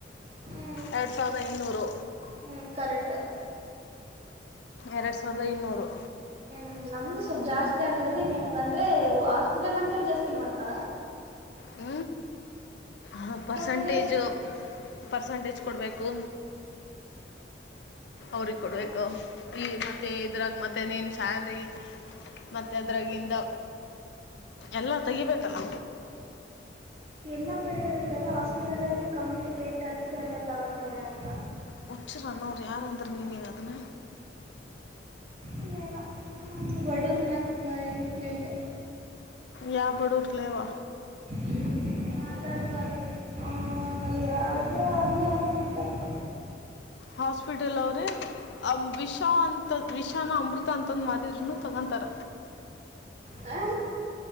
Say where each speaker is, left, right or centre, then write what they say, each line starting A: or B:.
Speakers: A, on the right; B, on the left.
A: ಹ್ಮ್
B: ಎರಡು ಸಾವಿರದ ಇನ್ನೂರು
A: ಹ್ಮ್ ಕರೆಕ್ಟ್
B: ಎರಡ್ ಸಾವಿರದ ಇನ್ನೂರು
A: ಹ್ಮ್ ನಮ್ದು ಸ್ವಲ್ಪ ಜಾಸ್ತಿ ಆಗತಿ ನಿಮ್ಗ ಅಂದ್ರೆ ಹಾಸ್ಪಿಟಲ್ ಅಂತೇಳ ಜಾಸ್ತಿ ಮಾಡ್ತಾರಾ <inaudible>
B: ಹ ಹಾ ಪರ್ಸೆಂಟೇಜ್
A: ಕಡೆ
B: ಪರ್ಸಂಟೇಜ್ ಕೊಡಬೇಕು ಅವ್ರಿಗ ಕೊಡಬೇಕು
A: ಅ
B: ಈಗ ಮತ್ತ ಇದ್ರಾಗ ಮತ್ತೆ ನೀನ ಸ್ಯಾಲ್ರಿ ಮತ್ತೆ ಅದ್ರಾಗಿಂದ ಎಲ್ಲಾ ತೆಗಿಬೇಕಲ್ಲ
A: ಎಲ್ಲಾ ಕಡೆ ಹೇಳ್ತಾರೆ ಹಾಸ್ಪಿಟಲಲ್ಲಿ ಕಮ್ಮಿ ರೇಟ್ ಅದಕ್ಕೆ ಅಲ್ಲೇ ತಗೊಂತಾರೆ ಅಂತ
B: ಹುಚ್ಚರ ಅನ್ನೂರ ಯಾರ ಅಂದ್ರ ನೀನಗ ಅದನ್ನ
A: ಏನೋ ನಾನು ಬಡೂರ್ ಮಾತ್ ಬಾಯಲ್ಲಿ ಕೇಳ್ದೇ
B: ಯಾ ಬಡೂರ್ಲೆ ಯೆವ್ವಾ
A: ಹ್ಮ ಮಾತಾಡಬಾರದು ಹ್ಮ್ ಯಾವದೇ ಹಂಗೆ ಅಂತಿದ್ರಪ್ಪ
B: ಹಾಸ್ಪಿಟಲ್ ಅವ್ರೇ ಅ ವಿಷ ಅಂತ ವಿಷಾನ ಅಮೃತ ಅಂತಂದ ಮಾರಿದ್ರೂನು ತಗೊಂತಾರ
A: ಹ